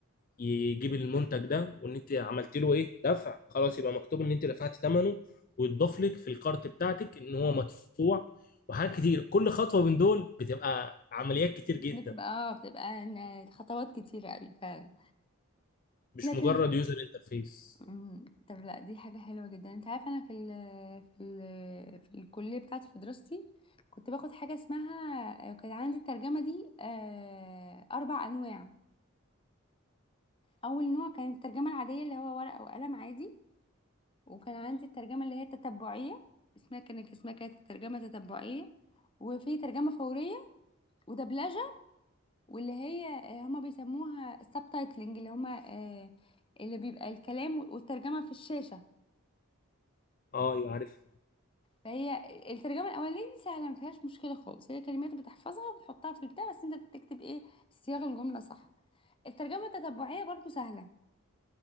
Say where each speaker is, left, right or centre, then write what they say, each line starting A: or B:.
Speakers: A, on the left; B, on the left.
A: يجيب المنتج ده وان انت عملت له ايه دفع خلاص يبقى مكتوب ان انت دفعت ثمنه ويتضاف لك في الكارت بتاعتك ان هو مدفوع وحاجات كتير كل خطوة من دول بتبقى عمليات كتير جدا
B: بتبقى اه بتبقى إن خطوات كتيرة قوي فعلا
A: مش
B: لكن
A: مجرد يوزر انترفيس
B: أمم. طب لا دي حاجة حلوة جدا انت عارف انا في ال في ال في الكلية بتاعتي في دراستي كنت باخد حاجة اسمها كان عندي الترجمة دي آه، اربع انواع اول نوع كان الترجمة العادية اللي هو ورقة وقلم عادي وكان عندي الترجمة اللي هي التتبعية اسمها كانت اسمها كانت الترجمة التتبعية وفي ترجمة فورية ودبلجة واللي هي آه، هما بيسموها السبتايتلنج اللي هما آه، اللي بيبقى الكلام والترجمة في الشاشة
A: اه ايوه عارف
B: فهي الترجمة الأولانية دي سهلة ما فيهاش مشكلة خالص هي كلمات بتحفظها وبتحطها في البتاع بس أنت تكتب إيه صياغ الجملة صح الترجمة التتبعية برضو سهلة